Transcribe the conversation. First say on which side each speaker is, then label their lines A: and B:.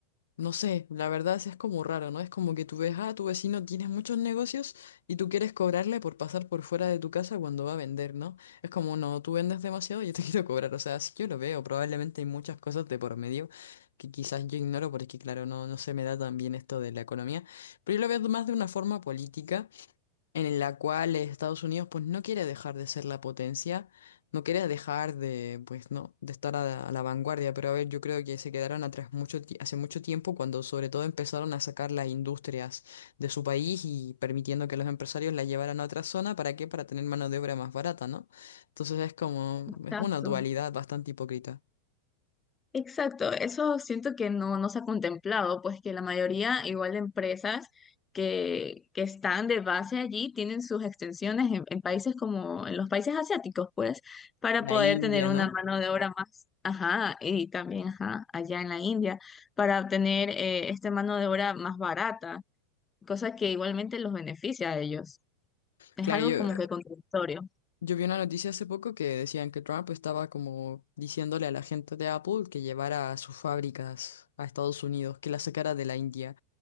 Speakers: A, on the left; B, on the left.
A: No sé, la verdad es, es como raro, ¿no? Es como que tú ves, ah, tu vecino tiene muchos negocios y tú quieres cobrarle por pasar por fuera de tu casa cuando va a vender, ¿no? Es como, no, tú vendes demasiado, yo te <laughs> quiero cobrar. O sea, sí yo lo veo, probablemente hay muchas cosas de por medio que quizás yo ignoro porque, claro, no, no se me da tan bien esto de la economía, pero yo lo veo más de una forma política en la cual Estados Unidos pues no quiere dejar de ser la potencia, no quiere dejar de pues no de estar a la, a la vanguardia, pero a ver, yo creo que se quedaron atrás mucho ti- hace mucho tiempo cuando sobre todo empezaron a sacar las industrias de su país y permitiendo que los empresarios la llevaran a otra zona, ¿para qué? Para tener mano de obra más barata, ¿no? Entonces es como
B: Exacto.
A: es una dualidad bastante hipócrita.
B: Exacto, eso siento que no, no se ha contemplado, pues que la mayoría, igual de empresas que, que están de base allí, tienen sus extensiones en, en países como en los países asiáticos, pues, para
A: La
B: poder
A: India,
B: tener una
A: ¿no?
B: mano de obra más, ajá, y también, ajá, allá en la India, para obtener eh, esta mano de obra más barata, cosa que igualmente los beneficia a ellos. Es
A: Claro,
B: algo
A: yo
B: como que contradictorio.
A: Yo vi una noticia hace poco que decían que Trump estaba como diciéndole a la gente de Apple que llevara sus fábricas a Estados Unidos, que la sacara de la India,